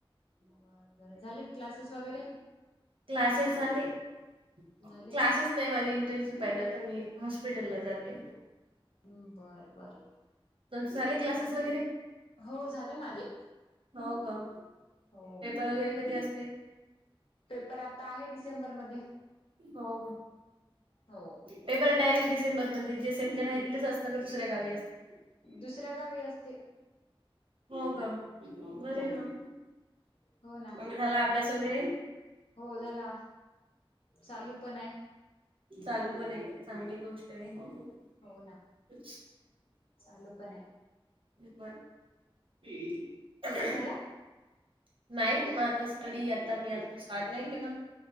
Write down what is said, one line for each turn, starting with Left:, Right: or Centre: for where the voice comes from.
Left: बर, बर झालेत क्लासेस वगैरे
Right: क्लासेस झाले क्लासेस
Left: झाले का
Right: नाही माझी इंटर्नशिप पहीला तर मी हॉस्पिटलला जाते
Left: हम् बरं, बरं
Right: <unintelligible> क्लासेस वगैरे
Left: हो झाले माझे
Right: हो का
Left: हो
Right: पेपर वगैरे कधी असते
Left: पेपर आता आहे डिसेंबर मध्ये
Right: हो का
Left: हो
Right: पेपर डायरेक्ट डिसेंबर मध्ये जे सेंटर आहे तिथच असतं दुसऱ्या गावी असत
Left: दुसऱ्या गावी असते
Right: हो का बर
Left: हो
Right: म
Left: हो ना
Right: मग झाला अभ्यास वगैरे
Left: हो झाला चालू पण आहे
Right: चालू पण आहे का चांगली गोष्ट आहे अ
Left: हो ना चालू पण आहे
Right: बर <unintelligible>
Left: तुझा झाला
Right: नाही माझा स्टडी आता मी अजून स्टार्ट नाही केला